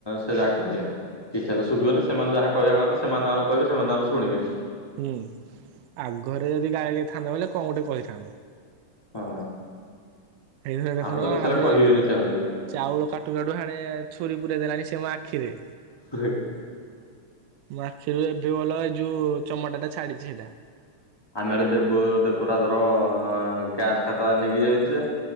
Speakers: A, on the left; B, on the right.
A: ସେ ଯାହା କହିଲେ। କିଛି ହେଲେ ଶୁଭିବନି ସେମାନେ ଯାହା କହିବା କଥା ସେମାନେ ଆଙ୍କର ଶୁଣିବେ।
B: ହୁଁ ଆଗରେ ଯଦି ଗାଈ ଗ ଥାନ୍ତେ ବୋଇଲେ କଣ ଗୋଟେ କହିଥାନ୍ତେ।
A: ହଁ
B: ସେଇଥିରେ ଦେଖୁନ
A: ଆମକୁ ତ କେତେବେଳେ
B: ଏକାଥରେ
A: କହିବେନି ସେମାନେ ବି
B: ଚାଉଳ କାଟୁ କାଟୁ ହେଆଡେ ଛୁରୀ ପୁରେଇ ଦେଲାଣି ସେ ମୋ ଆଖିରେ।
A: <unintelligible>
B: ମୋ ଆଖିରୁ ଏବେ ଭଲ ଏଇ ଯୋଉ ଚମଡ଼ଟା ଛାଡିଛି ସେଇଟା।
A: <unintelligible> ଦେବ ଦେବରାଜ ର ଗ୍ୟାସ ଖାତା ନେଇକି ଯାଉଛି ଯେ।